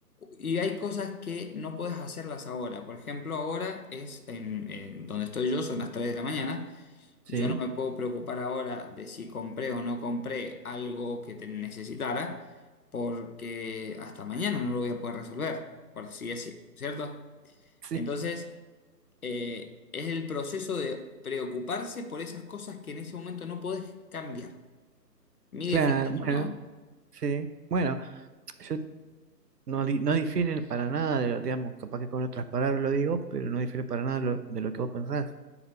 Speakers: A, on the left; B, on the right.
A: Y hay cosas que no puedes hacerlas ahora. Por ejemplo, ahora es en, en donde estoy yo, son las 3 de la mañana.
B: Sí,
A: Yo no me puedo preocupar ahora de si compré o no compré algo que te necesitara, porque hasta mañana no lo voy a poder resolver, por así decirlo, ¿cierto?
B: <laughs> sí,
A: Entonces, eh, es el proceso de preocuparse por esas cosas que en ese momento no podés cambiar. Mi
B: claro,
A: definición,
B: bueno,
A: ¿no?
B: sí. Bueno, yo no, di- no difiere para nada de lo, digamos, capaz que con otras palabras lo digo, pero no difiere para nada lo- de lo que vos pensás.